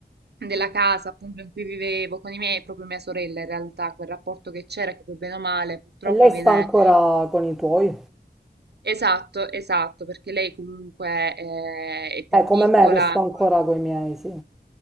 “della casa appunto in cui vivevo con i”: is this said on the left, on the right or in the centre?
Right